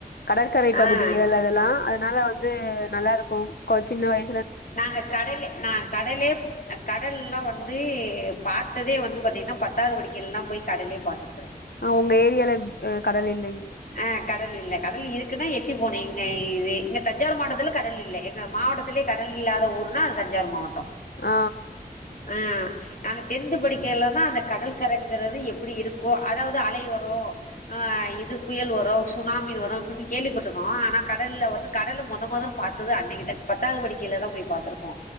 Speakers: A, on the left; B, on the left.
A: கடற்கரை
B: ஆ
A: பகுதிகள்
B: ஆ
A: அதெல்லா அதனால வந்து நல்லாருக்கு கொஞ் சின்ன வய
B: நாங்க கடலே நா கடலே அ கடல்லா வந்து பாத்ததே வந்து பாத்தீங்ன்னா பத்தாவ்து படிக்கில்லா போய் கடலே பாத்துருக்குறே
A: ஆ உங்க ஏரியால அ கடல் இல்லைங்ளா
B: ஆ கடல் இல்ல கடல் இருக்குன்னா எட்டி போனே <unintelligible> இது இங்க தஞ்சாவூர் மாவட்டத்துல கடல் இல்ல எங்க மாவட்டத்திலே கடல் இல்லாத ஊருனா அ தஞ்சாவூர் மாவட்டோ
A: ஆ
B: அ நாங்க டென்த் படிக்கல தா அந்த கடல் கரைங்குறது எப்பிடி இருக்கோ அதாவ்து அலை வரு ஆ இது புயல் வரு சுனாமி வரு இப்பிடின்னு கேள்விப்பட்ருக்கோ ஆனா கடல்ல வந்து கடல மொத மொதல் பாத்தது அன்னைக்கு தா பத்தாவ்து படிக்கையில தா போய் பாத்துருக்கோ